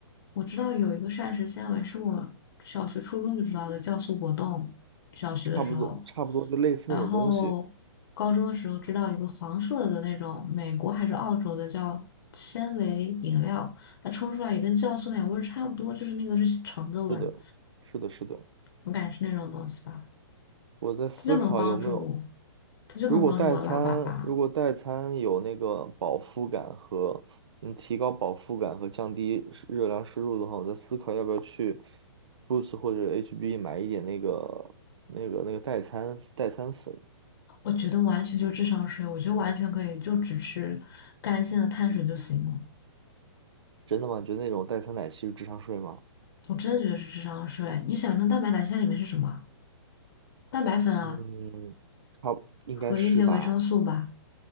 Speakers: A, on the left; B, on the right.
A: 我知道有一个膳食纤维是我小学、初中就知道的酵素果冻，小学的时候，
B: 差不多，差不多就类似那种东西。
A: 然后高中的时候知道一个黄色的那种美国还是澳洲的叫纤维饮料，它冲出来也跟酵素奶味儿差不多，就是那个是橙子味儿，
B: 是的，是的，是的。
A: 我感觉是那种东西吧，
B: 我在思考有没有，
A: 它就能帮助，它就能帮助我拉粑粑。
B: 如果代餐，如果代餐有那个饱腹感和能提高饱腹感和降低摄热量摄入的话，我在思考要不要去 Boost 或者 HB 买一点那个那个那个代餐代餐粉。
A: 我觉得完全就是智商税，我觉得完全可以就只吃干净的碳水就行了。
B: 真的吗？你觉得那种代餐奶昔是智商税吗？
A: 我真的觉得是智商税。你想，那蛋白奶昔在里面是什么？蛋白粉啊，
B: 嗯，差不应该是吧。
A: 和一些维生素吧。